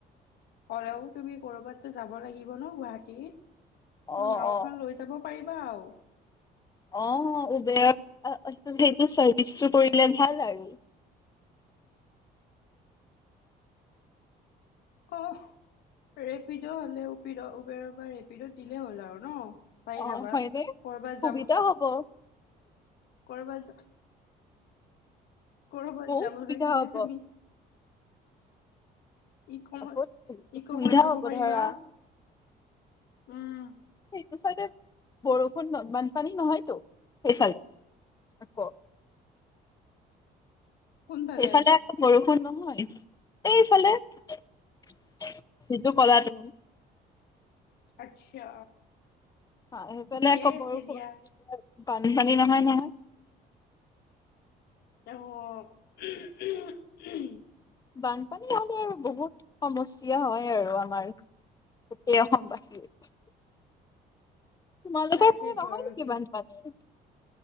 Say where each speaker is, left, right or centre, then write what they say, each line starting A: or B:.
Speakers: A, on the left; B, on the left.
A: হ'লেও তুমি কৰবাত টো যাব লাগিব ন গুৱাহাটী। ত
B: অ
A: নাওখন
B: অ
A: লৈ যাব পাৰিম। বাও।
B: অ উবেৰ সেইটো চাৰ্ভিচটো কৰিলে ভাল আৰু।
A: অ ৰেপিড' হলেও উবেৰৰ বা ৰেপিড'ত দিলেই হ'ল আৰু ন। পাই
B: অ
A: যাবা,
B: হয়নে
A: কৰবাত
B: সুবিধা
A: যাব
B: হ'ব
A: কৰবাত যা কৰবাত
B: বহুত
A: যাব
B: সুবিধা
A: লাগিলে
B: হ'ব
A: তুমি ই খনত
B: বহুত
A: ই
B: সুবিধা
A: কঙত যাব
B: হ'ব
A: পাৰিবা।
B: ধৰা
A: উম।
B: সেইটো চাইডে বৰষুণ বানপানী নহয়টো সেইফালে আকৌ।
A: কোনফালে
B: সেইফালে আকৌ বৰ নহয়, এইফালে। সেইটো কলা <inaudible>
A: আচ্ছা।
B: অ সেইফালে
A: ঠিকেই
B: আকৌ
A: আছে
B: বৰষুণ
A: দিয়া
B: <unintelligible> পানী চানী নহয় নহয়।
A: অ উমহঁ উমহ।
B: বানপানী হলে আৰু বহুত সমস্যা য়া হয় আৰু আমাৰ গোটেই অসমবাসীৰ। তোমালোকৰ
A: তাকেইতো
B: ফালে নহয়
A: আৰু
B: নেকি
A: কি
B: বানপানী?